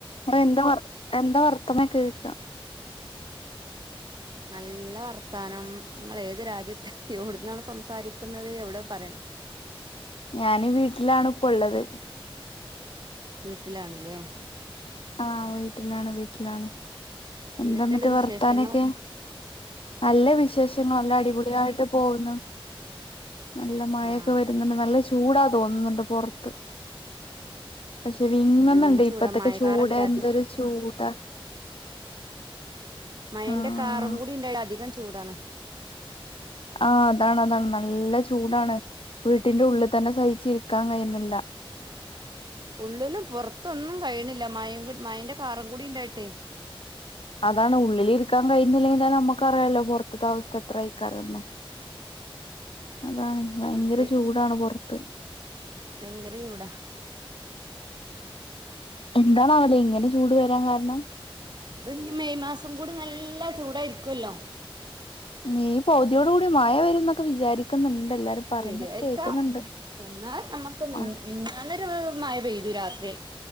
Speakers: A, on the left; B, on the right.
A: Hello എന്താ വർ എന്താ വർത്താനംക്കെ ചോയ്ക്ക
B: നല്ല വർത്താനം ഇങ്ങള് ഏത് രാജ്യത്ത് എവ്ട്ന്നാണ് സംസാരിക്ക്‌ന്നത് എവ്ടെ പറയണ്
A: ഞന് വീട്ട്ലാണ് ഇപ്പ ഇള്ളത്
B: വീട്ട്ലാണ് ല്ലേ
A: ആഹ് വീട്ടിലാണ് വീട്ടിലാണ് എന്താ
B: എന്തൊക്കെയുണ്ട്
A: ഇന്നിട്ട്
B: വിശേഷങ്ങളൊക്കെ
A: വർത്താനൊക്കെ നല്ല വിശേഷം നല്ല അടിപൊളിയായിട്ട് പോകുന്നു നല്ല മഴയൊക്കെ
B: ആഹ്
A: വരുന്നുണ്ട് നല്ല ചൂടാ തോന്ന്ന്ന്ണ്ട് പൊറത്ത് പക്ഷെ വിങ്ങ്ന്ന്ണ്ട്
B: വീട്ടിലും ചൂടാ
A: ഇപ്പക്കത്തെ
B: മഴക്കാറുണ്ട്
A: ചൂട് എന്തൊരു
B: അധികം
A: ചൂടാ
B: മഴ
A: ആഹ്
B: ന്റെ കാറും കൂടി ഇണ്ടായാല് അധികം ചൂടാണ്
A: ആഹ് അതാണ് അതാണ് നല്ല ചൂടാണ് വീട്ട്ന്റെ ഉള്ള് തന്നെ സഹിച്ച് ഇരിക്കാൻ കഴിയുന്നില്ല
B: ഉള്ളിലും പുറത്തൊന്നും കയ്യ്ണ്ല്ല മഴ ങ്കു മഴെന്റെ കാറും കൂടി ഇണ്ടായിട്ടേ
A: അതാണ് ഉള്ളില് ഇരിക്കാൻ കഴിയ്ന്ന്ല്ലെങ്കിതന്നെ നമ്മക്ക്‌ അറിയാലോ പൊറത്ത്ത്തെ അവസ്ഥ എത്രെ അയ്ക്കാരംന്ന് അതാണ് ഭയങ്കര
B: അതെ
A: ചൂടാണ് പൊറത്ത്
B: ഭയങ്കര ചൂടാ
A: എന്താണാവൊ ല്ലേ ഇങ്ങനെ ചൂട് വരാൻ കാരണം
B: ചൂട് ഇഞ് മെയ് മാസം കൂടി നല്ല ചൂടായിരിക്കൊല്ലോ
A: മെയ്‌ പൗതിയോട് കൂടി മഴ വെരുംന്നൊക്കെ വിചാരിക്ക്‌ന്ന്ണ്ട് എല്ലാരും പറയുന്നത്
B: വെരു ആയിരിക്കാം
A: കേൾക്കുന്നുണ്ട്
B: വന്നാൽ നമ്മക്ക് മിൻ
A: ആ
B: മിഞ്ഞാന്നൊരു മഴ പെയ്തു രാത്രി